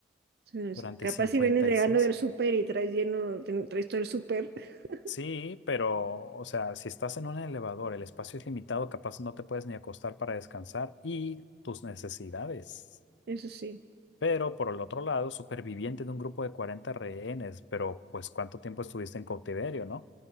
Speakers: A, on the right; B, on the left.
A: Sí, es-
B: Durante
A: Capaz
B: cincuenta
A: si vienes llegando
B: y seis.
A: del súper y traes lleno, ten- traes todo el súper. <laughs>
B: Sí, pero, o sea, si estás en un elevador, el espacio es limitado, capaz no te puedes ni acostar para descansar y tus necesidades.
A: Eso sí,
B: Pero por el otro lado, superviviente de un grupo de 40 rehenes, pero pues ¿cuánto tiempo estuviste en cautiverio, no?